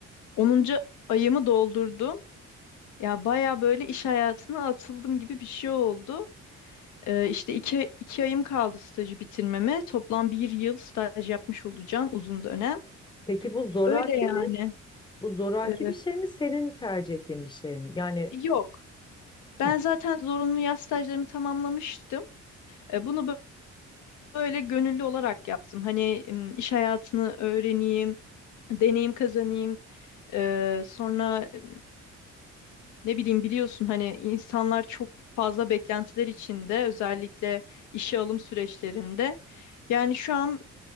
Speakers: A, on the left (about 75°); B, on the left (about 15°).
A: Onuncu ayımı doldurdum. Ya baya böyle iş hayatına atıldım gibi bir şey oldu. Ee, işte iki, iki ayım kaldı stajı bitirmeme. Toplam bir yıl staj yapmış olacağım uzun dönem.
B: Peki bu zoraki
A: Öyle yani.
B: mi? Bu zoraki
A: Ee,
B: bir şey mi? Senin tercih ettiğin bir şey mi? Yani
A: yok. Ben
B: hı,
A: zaten zorunlu yaz stajlarımı tamamlamıştım. E, Bunu böyle gönüllü olarak yaptım. Hani m, iş hayatını öğreneyim, deneyim kazanayım. Ee, sonra m, ne bileyim biliyorsun hani insanlar çok fazla beklentiler içinde özellikle işe alım süreçlerinde. Yani şu an